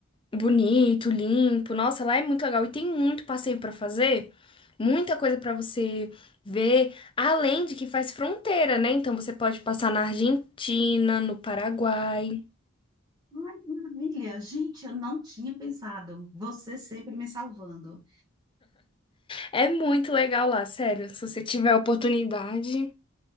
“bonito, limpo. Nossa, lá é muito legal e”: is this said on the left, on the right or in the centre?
Left